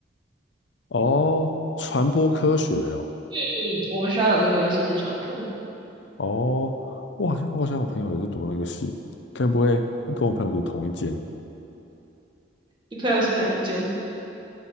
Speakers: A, on the left; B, on the right.
A: 哦，传播科学哦
B: 嗯，我们学校有另外一个系是传科。
A: 哦，我好像我好像我朋友也是读那个系，该不会你跟我朋友读同一间？
B: 你朋友是哪一间？